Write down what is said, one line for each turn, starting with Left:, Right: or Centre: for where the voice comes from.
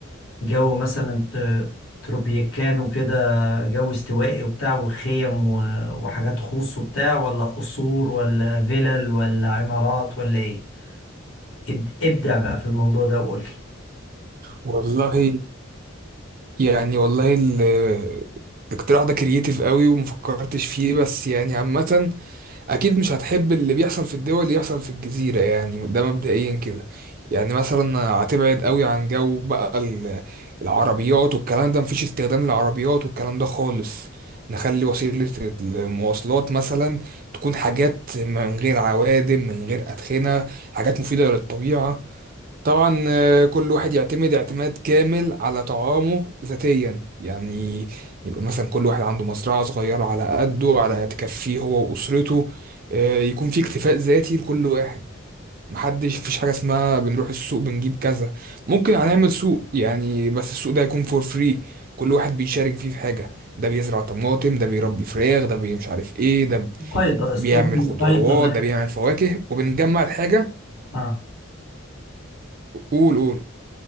Left: جو مثلا ت- تروبيكانو كده جو استوائي وبتاع وخيم و- وحاجات خاص وبتاع ولا قصور ولا فيلل ولا عمارات ولا ايه اب- ابدع بقى في الموضوع ده وقول لي
Right: والله يعني والله ال- الاقتراح ده كرييتيف قوي ومفكرتش فيه بس يعني عامة اكيد مش هتحب اللي بيحصل في الدول اللي يحصل في الجزيرة يعني ده مبدئيا كده يعني مثلا هتبعد قوي عن جو بقى ال- العربيات والكلام ده مفيش استخدام للعربيات والكلام ده خالص نخلي وسيلة المواصلات مثلا تكون حاجات من غير عوادم من غير أدخنة حاجات مفيدة للطبيعة طبعا آه، كل واحد يعتمد اعتماد كامل على طعامه ذاتيا يعني يبقى مثلا كل واحد عنده مزرعة صغيرة على قده على تكفيه هو وأسرته آه، يكون في اكتفاء ذاتي لكل واحد محدش مفيش حاجة اسمها بنروح السوق بنجيب كذا ممكن هنعمل سوق يعني بس السوق ده يكون فور فري كل واحد بيشارك فيه في حاجة ده بيزرع طماطم ده بيربي فراخ ده بي- مش عارف ايه ده
Left: مقايضة
Right: بيعمل
Left: اسلوب المقايضة
Right: خضروات
Left: اللي احنا
Right: ده بيعمل فواكه وبنجمع الحاجة
Left: اه
Right: قول قول